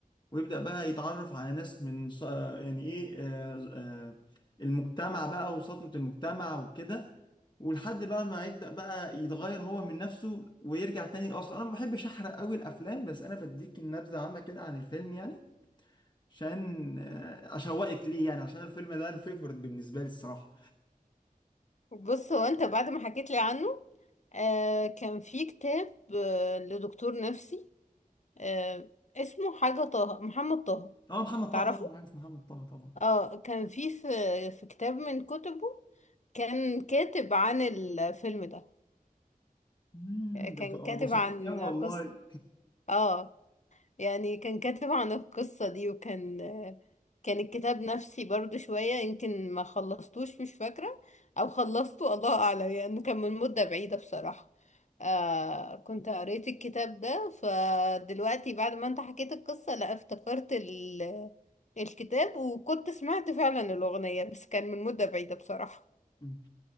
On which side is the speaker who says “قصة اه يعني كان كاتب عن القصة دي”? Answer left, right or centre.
Left